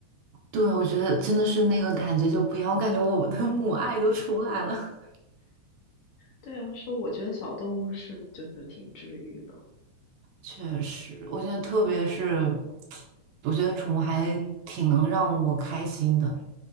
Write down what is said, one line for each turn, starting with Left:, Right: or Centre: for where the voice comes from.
Right: 对，我觉得真的是那个感觉就不一样，我感觉我的母爱都出来了。
Left: 对啊，是我觉得小动物是就是挺治愈的。
Right: 确实，我觉得特别是，我觉得宠物还挺能让我开心的，